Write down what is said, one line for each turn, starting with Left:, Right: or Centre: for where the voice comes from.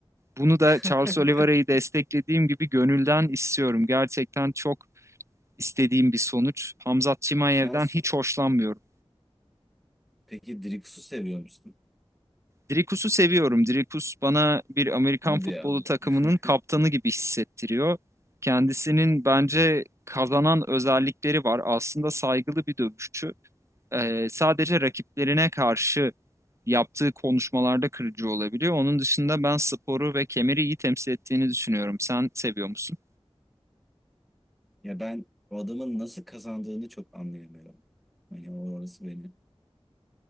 Right: Bunu da
Centre: <laughs>
Right: Charles Oliveira'yı desteklediğim gibi gönülden istiyorum. Gerçekten çok istediğim bir sonuç. Hamzat Chimaev'den
Centre: Sen s-
Right: hiç hoşlanmıyorum.
Centre: peki Drix'u seviyor musun?
Right: Dricus'u seviyorum. Dricus bana bir Amerikan
Centre: Hadi
Right: futbolu
Centre: ya.
Right: takımının
Centre: <laughs>
Right: kaptanı gibi hissettiriyor. Kendisinin bence kazanan özellikleri var. Aslında saygılı bir dövüşçü. Ee, sadece rakiplerine karşı yaptığı konuşmalarda kırıcı olabiliyor. Onun dışında ben sporu ve kemeri iyi temsil ettiğini düşünüyorum. Sen seviyor musun?
Centre: Ya ben o adamın nasıl kazandığını çok anlayamıyorum. Hani orası beni